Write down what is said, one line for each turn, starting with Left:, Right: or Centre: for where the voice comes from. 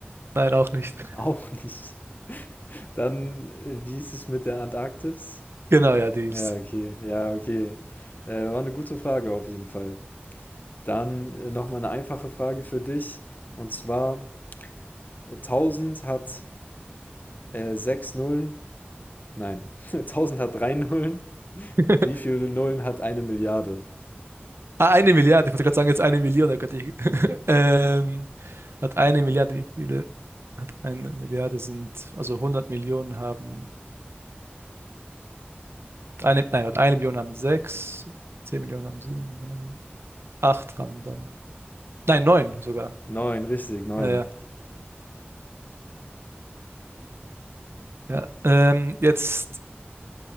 Right: Nein, auch nicht. <laughs>
Left: <laughs> Auch nicht. Dann, äh, wie ist es mit der Antarktis?
Right: Genau, ja, die ist.
Left: Ja, okay, ja, okay. Äh, war eine gute Frage auf jeden Fall. Dann äh, nochmal eine einfache Frage für dich. Und zwar, äh, 1000 hat äh, 6 Nullen. Nein, <laughs> 1000 hat 3 Nullen.
Right: <laughs>
Left: Wie viele Nullen hat eine Milliarde?
Right: Ah, eine Milliarde, ich wollte gerade sagen, jetzt eine Million, da könnte ich. <laughs> Ähm, hat eine Milliarde, wie viele? Hat eine Milliarde sind, also 100 Millionen haben, hat eine, nein, hat eine Million haben sechs, zehn Millionen haben sieben, acht haben dann. Nein, neun sogar.
Left: Neun, richtig, neun.
Right: Ja, ja. ja. Ähm, jetzt